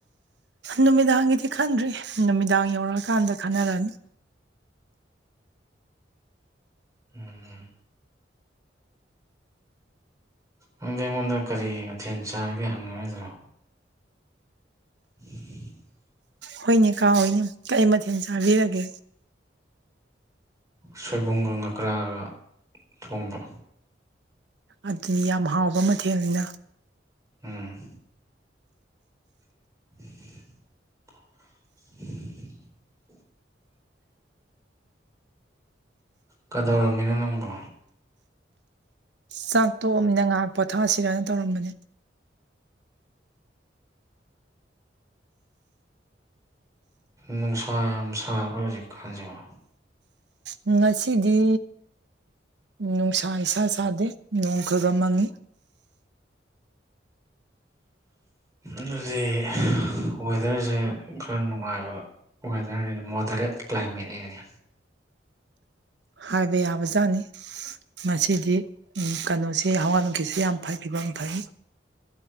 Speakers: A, on the right; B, on the right.
A: ꯅꯨꯃꯤꯗꯥꯡꯒꯤꯗꯤ ꯈꯟꯗ꯭ꯔꯤ ꯅꯨꯃꯤꯗꯥꯡ ꯌꯧꯔꯛꯑꯀꯥꯟꯗ ꯈꯟꯅꯔꯅꯤ
B: ꯎꯝ ꯅꯪꯗ ꯑꯩꯉꯣꯟꯗ ꯀꯔꯤ ꯃꯊꯦꯜ ꯆꯥꯔꯒꯦ ꯍꯪꯅꯔꯣꯏꯗ꯭ꯔꯣ <unintelligible>
A: ꯍꯣꯏꯅꯦ ꯀꯥ ꯍꯣꯏꯅꯦ ꯀꯩ ꯃꯊꯦꯜ ꯆꯥꯕꯤꯔꯒꯦ
B: ꯁꯣꯏꯕꯨꯝꯒ ꯉꯀ꯭ꯔꯥꯒ ꯊꯣꯡꯕ
A: ꯑꯗꯨꯗꯤ ꯌꯥꯝ ꯍꯥꯎꯕ ꯃꯊꯦꯜꯅꯤꯅ
B: ꯎꯝ <unintelligible> ꯀꯗꯧꯔꯝꯃꯤꯅꯣ ꯅꯪꯕꯣ
A: ꯆꯥꯛ ꯇꯣꯛꯑꯃꯤꯅ ꯉꯥꯏꯍꯥꯛ ꯄꯣꯊꯥꯁꯤꯔꯅ ꯇꯧꯔꯝꯕꯅꯦ
B: ꯅꯨꯡꯁꯥ ꯌꯥꯝ ꯁꯥꯔꯕ ꯍꯧꯖꯤꯛꯀꯥꯟꯁꯤꯕ
A: ꯎꯝ ꯉꯁꯤꯗꯤ ꯅꯨꯡꯁꯥ ꯏꯁꯥ ꯁꯥꯗꯦ ꯅꯣꯡ ꯈꯕ ꯃꯪꯉꯤ
B: ꯑꯗꯨꯗꯤ ꯋꯦꯗꯔꯁꯦ ꯈꯔ ꯅꯨꯡꯉꯥꯏꯕ ꯋꯦꯗꯔꯅꯤꯅꯤ ꯃꯣꯗꯔꯦꯠ ꯀ꯭ꯂꯥꯏꯃꯦꯠꯅꯤꯅꯤ
A: ꯍꯥꯏꯕ ꯌꯥꯕ ꯖꯥꯠꯅꯤ ꯃꯁꯤꯗꯤ ꯀꯩꯅꯣꯁꯤ ꯍꯋꯥ ꯅꯨꯡꯈꯠꯁꯤ ꯌꯥꯝ ꯐꯩ ꯐꯤꯕꯝ ꯐꯩ